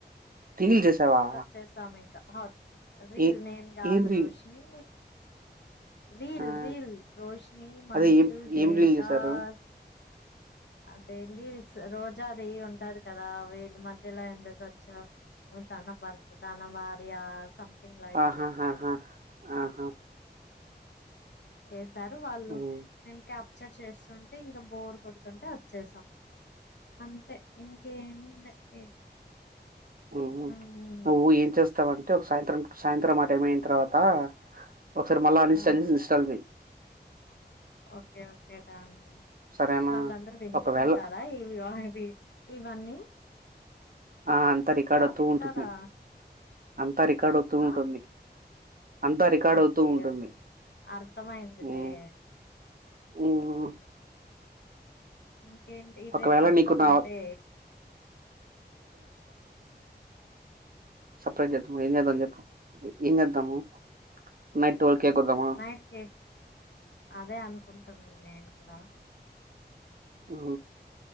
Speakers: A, on the right; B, on the left.
A: రీల్ చేసావా
B: వచ్చేసాము ఇంకా హాస్పిటల్ రీల్
A: ఏ
B: నేన్ కాదు
A: ఏంది
B: రోషని రీల్
A: ఆ
B: రీల్ రోషని మంజు
A: అదే ఏం
B: దేవికాస్
A: ఏం రీల్ చేశారు
B: అదేంది రోజాది ఉంటది కదా వీళ్ళ మధ్యలో ఎందుకొచ్చవు తన భర్త తన వార ది ఆ సంథింగ్ లైక్
A: ఆహాహాహా
B: టైగర్
A: ఆహా
B: చేసి తరు వాళ్ళు
A: హ్మ్
B: నేను కా చర్చ చేస్తుంటే ఇంకా బోర్ కొడు తుంటే వచ్చేసాం అంతే ఇంకేమిలే ఏ
A: ఉహు
B: ఉమ్
A: నువ్వు ఏం చేస్తావంటే ఒక సాయంత్రం సాయంత్రం ఆ టైం అయిన తర్వాత ఒకసారి మళ్ళా అన్ఇన్స్టాల్
B: ఆ
A: చేసి ఇన్స్టాల్ చెయ్
B: ఓకే ఓకే డన్
A: సరేనా
B: వాళ్ళందరు వింటుంటారా
A: ఒకవేళ
B: ఈవి ఈ వన్ని
A: ఆ అంతా రికార్డు అవుతూ
B: వింటారా
A: ఉంటుంది అంతా రికార్డు అవుతూ ఉంటుంది.
B: ఆ
A: అంతా రికార్డ్
B: ఓకే
A: అవుతూ ఉంటుంది.
B: అర్థమయిందిలే
A: హమ్ హ్మ్మ్
B: ఉ ఏంటి
A: ఒకవేళ
B: రేపు అక్క
A: నీకు
B: బర్డే
A: నా సపరేట్ చేద్దాము ఏం చేద్దాం చెప్పు ఏం చేద్దాము నైట్ ట్వెల్వ్ కేక్ కోద్దామా
B: నైట్కి అదే అనుకున టున్న నేను కూడా ఎక్కడ
A: ఉ